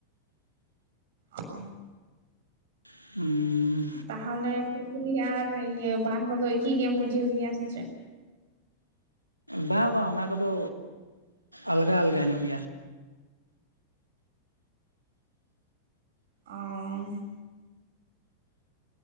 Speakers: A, on the right; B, on the right.
A: ᱟᱸ
B: <unintelligible>
A: ᱛᱟᱦᱚᱞᱮ ᱯᱩᱠᱷᱨᱤ ᱟᱨ ᱤᱭᱟᱹ ᱵᱟᱸᱱᱫ ᱠᱚᱫᱚ ᱮᱠᱤ ᱜᱮᱢ ᱵᱩᱡᱷᱟᱹᱣ ᱜᱮᱭᱟ ᱥᱮ ᱪᱮᱫ
B: ᱵᱟ ᱵᱟ ᱚᱱᱟ ᱠᱚᱫᱚ ᱟᱞᱜᱟ ᱟᱞᱜᱟ ᱧᱚᱜ ᱜᱮᱭᱟ
A: ᱚᱸ